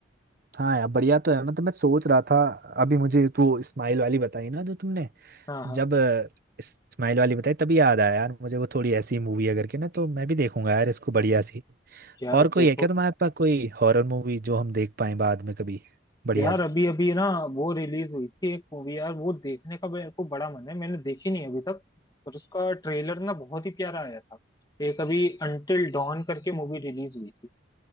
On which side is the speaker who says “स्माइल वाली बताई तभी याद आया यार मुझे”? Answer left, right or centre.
Right